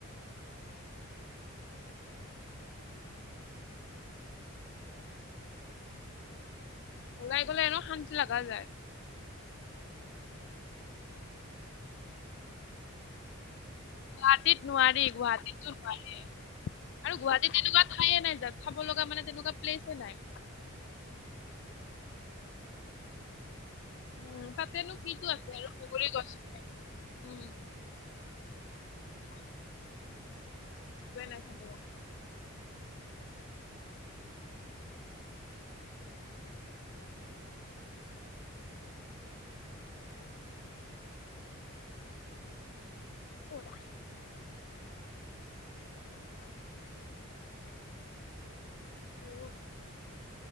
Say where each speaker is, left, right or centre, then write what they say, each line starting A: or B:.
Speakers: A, on the left (about 35°); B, on the left (about 55°).
A: অ', বহুত চাব লগা থাকে আৰু মনত এটা প্ৰশান্তি শান্তি পোৱা যায় আৰু বেলেগ ধৰণৰ।
B: ওলাই গ'লে এনেও শান্তি লাগা যায়।
A: তি লগা যায় সেইবুলি আকৌ ট্ৰেফিক জামত হেৰিছ ভাল নালাগে বাৰু।
B: গুৱাহাটীত নোৱাৰী
A: ঘূৰি ফুৰিলে
B: গুৱাহাটীতো
A: মেলিলে।
B: নোৱাৰে।
A: গুৱাহাটী
B: আৰু গুৱাহাটীত
A: নোৱাৰি
B: তেনেকুৱা ঠাইয়ে নাই যাত চাব লগা মানে তেনেকুৱা প্লেছে নাই।
A: আজিকালি অকল খামৰেঙাই যায় দেখোন মানুহ বিলাকে।
B: উম, তাতেনো
A: দীপৰ
B: কিটো
A: বিলটোতো
B: আছে আৰু
A: ভাঙি
B: বগৰী
A: মেলি
B: গছ আছে।
A: চোৰ মাৰ
B: উম,
A: কৰি দিছে। হয়।
B: <inaudible> একোৱে নাখাব।
A: আমি এটা ভাবিছো অহাকালি আমি আহ সন্ধিয়া যাম বুলি ভাবিছো। খুৰাই কথা
B: ক'ত?
A: কওঁতে কৈছো আমি লগৰ চাৰি পাঁচজন পাঁচজনে মিলি উমৰাংচু যাম বুলি ভাবিছো
B: <inaudible>